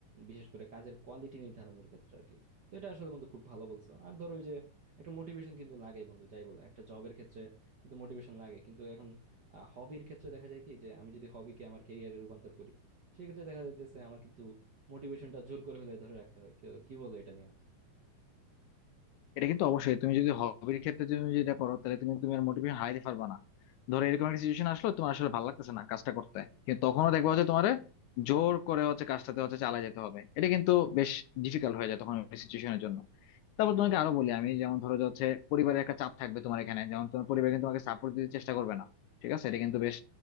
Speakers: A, on the right; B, on the left.
A: বিশেষ করে কাজের কোয়ালিটি নির্ধারণের ক্ষেত্রে আর কি তো এটা আসলে বন্ধু খুব ভালো বলছো আর ধরো ওই যে একটা মোটিভেশন কিন্তু লাগেই বন্ধু যাই বলো একটা জবের ক্ষেত্রে কিন্তু মোটিভেশন লাগে কিন্তু এখন হবির ক্ষেত্রে দেখা যায় কি যে আমি যদি হবিকে আমার ক্যারিয়ারে রূপান্তর করি সেক্ষেত্রে দেখা যাইতেছে আমার কিন্তু মোটিভেশনটা জোর করে হলে ধরে রাখতে হয় কেউ- কি বলো এটা নিয়ে
B: এটা কিন্তু অবশ্যই তুমি যদি হবির ক্ষেত্রে তুমি যেটা করো তাহলে তুমি তুমি আর মোটিভেশন হারাইতে পারবা না ধরো এরকম একটা সিচুয়েশন আসলো তোমার আসলে ভালো লাগতেছে না কাজটা করতে কিন্তু তখনও দেখবা হচ্ছে তোমার জোর করে হচ্ছে কাজটাতে হচ্ছে চালা যেতে হবে এটা কিন্তু বেশ ডিফিকাল্ট হয়ে যায় তখন সিচুয়েশনের জন্য তারপর তোমাকে আরো বলি আমি যেমন ধরো যে হচ্ছে পরিবারের একটা চাপ থাকবে তোমার এখানে যেমন তোমার পরিবার কিন্তু তোমাকে সাপোর্ট দিতে চেষ্টা করবে না ঠিক আছে এটা কিন্তু বেশ